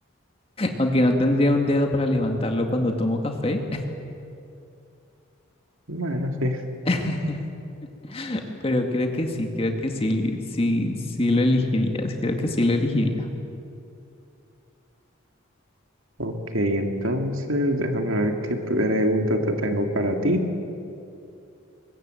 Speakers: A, on the left; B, on the right.
A: Aunque no tendría un dedo para levantarlo cuando tomo café,
B: bueno, sí.
A: <laughs> pero creo que sí, creo que sí, sí, sí lo elegirías, creo que sí lo elegiría.
B: Ok, entonces déjame ver qué pregunta te tengo para ti.